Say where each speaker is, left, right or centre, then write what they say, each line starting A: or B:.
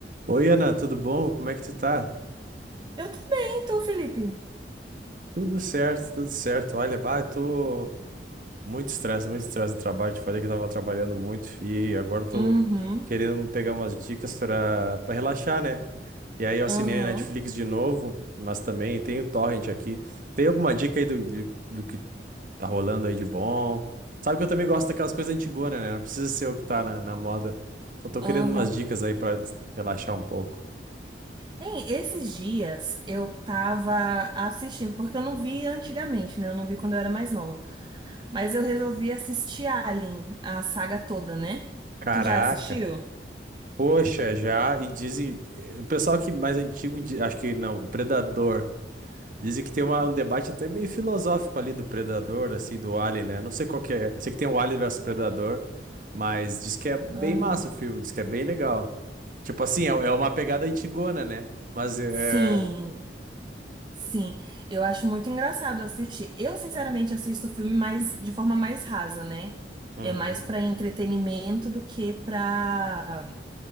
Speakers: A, on the right; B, on the right.
A: Oi, Ana, tudo bom? Como é que tu tá?
B: Eu tô bem, tô, Felipe.
A: Tudo certo, tudo certo. Olha, bah, eu tô muito estresse, muito estresse do trabalho. Te falei que eu tava trabalhando muito e agora eu tô
B: Uhum,
A: querendo pegar umas dicas pra, pra relaxar, né? E aí eu assinei
B: uhum,
A: a Netflix de novo, mas também tem o Torrent aqui. Tem alguma dica aí do, de- do que tá rolando aí de bom? Sabe que eu também gosto daquelas coisas antigonas, né? Não precisa ser o que tá na, na moda. Só tô querendo
B: uhum.
A: umas dicas aí pra des- relaxar um pouco.
B: Hein, esses dias eu tava assistindo, porque eu não vi antigamente, né? Eu não vi quando eu era mais nova. Mas eu resolvi assistir Alien, a saga toda, né?
A: Caraca!
B: Tu já assistiu?
A: Poxa, já, e dizem, eh, o pessoal que mais antigo, di- acho que não, o Predador, dizem que tem uma- um debate até meio filosófico ali do Predador, assim, do Alien, né? Não sei qual que é, eu sei que tem o Alien versus Predador, mas diz que é bem
B: Uhum.
A: massa o filme, diz que é bem legal. Tipo assim, é, é uma pegada antigona, né? Mas é...
B: Sim, sim. Eu acho muito engraçado assistir. Eu, sinceramente, assisto filme mais, de forma mais rasa, né?
A: Uhum,
B: É mais pra entretenimento do que pra.